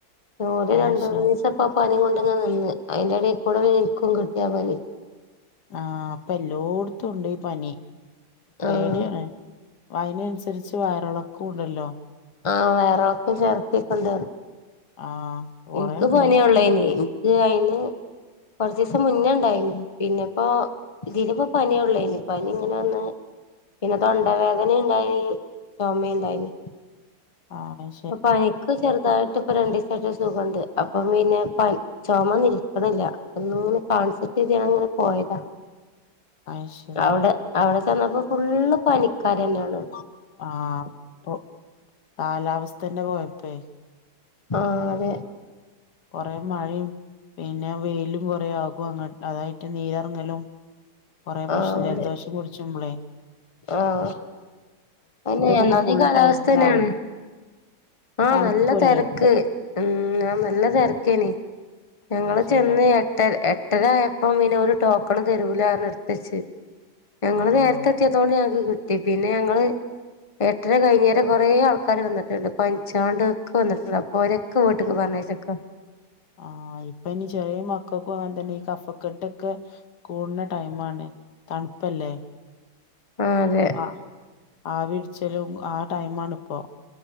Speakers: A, on the left; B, on the left.
A: ഒല്
B: അയ്ശരി
A: രണ്ട് മൂന്നീസം. അപ്പ പനി കൊണ്ട് നിന്ന് അതിന്റെടയിൽ കൂടെ ൻക്കും കിട്ടിയാ പനി.
B: ആഹ് അപ്പൊ എല്ലോടത്തും ഉണ്ട് ഈ പനി പേടിയാണ്.
A: ആഹ്
B: അയ്നനുസരിച്ച് വയറിളക്കും. ഉണ്ടല്ലോ.
A: ആഹ് വയറിളക്കോം ഛർത്തി കൊണ്ട്
B: ആഹ് കൊറേണ്ട്
A: എനിക്ക് പനിയൊള്ളനി. അയിന് കൊറച്ചിസം മുന്നണ്ടായിന് പിന്നെപ്പോ. ഇതിനിപ്പോ പനിയള്ളേനി പനി ഇങ്ങനെന്ന്. പിന്നെ തൊണ്ടവേദന ഉണ്ടായിന് ചുമ ഉണ്ടായിന്.
B: അഹ്
A: പ്പ പനിക്ക് ചെറുതായിട്ട് ഇപ്പൊ രണ്ടു ദിസായിട്ടരു സുഖണ്ട് അപ്പം പിന്നെ പ ചുമ നിൽക്കിണില്ല, പ്പനിങ്ങ കാണിച്ചട്ടെങ്ങിനെ പോയതാ.
B: അയ്ശരി
A: അവിടെ അവിടെ ചന്നപ്പോ ഫുള്ള് പനിക്കാർതന്നെയാണ്.
B: ആഹ് പ്പൊ കാലാവസ്ഥന്നന്റെ കൊഴപ്പെ
A: ആഹ് അതെ.
B: കൊറെ മഴേം പിന്നെ വെയിലും കുറേ ആകും അങ്ങ അതായിട്ട് നീരിറങ്ങലും. കൊറെേ പ്രശ്നം
A: ആഹ്
B: ജലദോഷം
A: അതെ
B: പുടിച്ച് മ്പളേ.
A: ആഹ് പിന്നെ ഒന്നാമത്
B: ഇപ്പൊ ഫുൾ
A: കാലാവസ്ഥ
B: ടൈം
A: തന്നെയാണ്.
B: നെറിം
A: ആഹ്
B: തണുപ്പുല്ലേ
A: നല്ല തെരക്ക്. ഉം ആ നല്ല തിരക്കേന് നഞങ്ങള്
B: അത് ശരിന്നാ
A: ചെന്ന് എട്ടര എ എട്ടര ആയപ്പോ പിന്നെ ഓരു ടോക്കണും തരൂലറിഞ്ഞ് നിർത്തിച്ച് ഞങ്ങള്
B: ആഹ്
A: നേരത്തെ
B: ആഹ്
A: ത്തിയതോണ്ട് ഞങ്ങക്ക് കിട്ടി പിന്നെ ഞങ്ങള് ഏട്ടര കഴിഞ്ഞേരം കുറെ ആൾക്കാര് വന്നിട്ടുണ്ട് പനിച്ചാണ്ട് ക്കെ വന്നിട്ടുണ്ട് അപ്പോ ഓര് ക്കോട്ട്ക്ക് പറഞ്ഞയച്ചക്കാ
B: <inaudible> ആ ഇപ്പ ഇനി ചെറിയ മക്കൾക്കും അങ്ങനെ തന്നെ ഈ കഫക്കെട്ടൊക്കെ കൂടുന്ന ടൈം ആണ്. തണുപ്പല്ലേ?.
A: ആ അതെ
B: അ ആവിപിടിച്ചലും ആ ടൈമാണ് ഇപ്പോ